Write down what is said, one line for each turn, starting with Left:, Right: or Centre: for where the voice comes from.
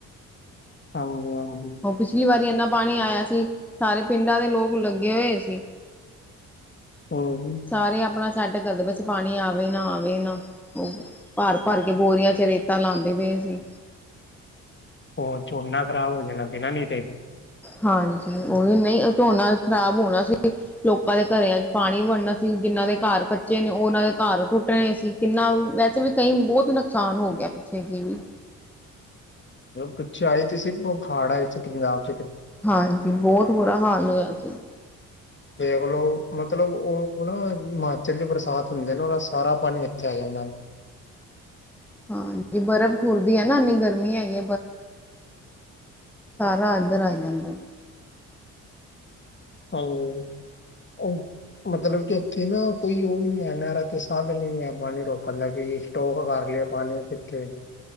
Left: ਆਹੋ-ਆਹੋ।
Centre: ਉਹ ਪਿਛਲੀ ਵਾਰੀ ਇੰਨਾ ਪਾਣੀ ਆਇਆ ਸੀ। ਸਾਰੇ ਪਿੰਡਾਂ ਦੇ ਲੋਕ ਲੱਗੇ ਹੋਏ ਸੀ। <inaudible>
Left: ਅ ਹੂੰ
Centre: ਸਾਰੇ ਆਪਣਾ ਸੈੱਟ ਕਰਦੇ ਬੈਸੇ ਪਾਣੀ ਆਵੇ ਨਾ ਆਵੇ ਨਾ। ਉਹ ਭਰ-ਭਰ ਕੇ ਬੋਰੀਆਂ ਚ ਰੇਤਾ ਲਾਂਦੇ ਪਏ ਸੀ।
Left: ਉਹ ਝੋਨਾ ਖਰਾਬ ਹੋ ਜਾਣਾ ਸੀ ਨੀ ਤੇ।
Centre: ਹਾਂਜੀ, ਉਹੀ ਵੀ ਨਹੀਂ ਝੋਨਾ ਖ਼ਰਾਬ ਹੋਣਾ ਸੀ। ਲੋਕਾਂ ਦੇ ਘਰਿਆਂ ਚ ਪਾਣੀ ਵੰਣਨਾ ਸੀ। ਜਿਹਨਾਂ ਦੇ ਘਰ ਕੱਚੇ ਨੇ ਉਹਨਾਂ ਦੇ ਘਰ ਟੁੱਟਣੇ ਸੀ। ਕਿੰਨਾ ਵੈਸੇ ਵੀ ਕਈ ਬਹੁਤ ਨੁਕਸਾਨ ਹੋ ਗਿਆ। ਪਿੱਛੇ ਜੇ ਵੀ
Left: ਪਿੱਛੇ ਆਏ ਤਾਂ ਸੀ। ਫ ਹਾੜ ਆਏ ਸੀ ਪੰਜਾਬ
Centre: ਹਾਂਜੀ, ਬਹੁਤ ਬੁਰਾ ਹਾਲ ਹੋਇਆ ਸੀ।
Left: ਵੇਖਲੋਂ ਮਤਲਬ, ਉਹ -ਉਹ ਨਾ ਹਿਮਾਚਲ ' ਬਰਸਾਤ ਹੁੰਦੇ ਨਾ, ਉਹਦਾ ਸਾਰਾ ਪਾਣੀ ਇਥੇ ਆ ਜਾਂਦਾ।
Centre: ਹਾਂ। ਜ ਬਰਫ਼ ਖੁਰਦੀ ਹੈ। ਨਾ ਇੰਨੀ ਗਰਮੀ ਹੈਗੀ ਸਾਰਾ ਇੱਧਰ ਆਈ ਜਾਂਦਾ।
Left: ਹਾਂਜੀ। ਮਤਲਬ ਕਿ ਇੱਥੇ ਨਾ ਕੋਈ ਉਹ ਵੀ ਨੀ ਹੈ, ਨਹਿਰ ਤੇ ਸਾਧਨ ਨਈ ਹੈ। ਪਾਣੀ ਰੋਕਣ ਲੱਗੇ ਟੋਕ ਖਾ ਗਈ, ਪਾਣੀ ਕਿੱਥੇ।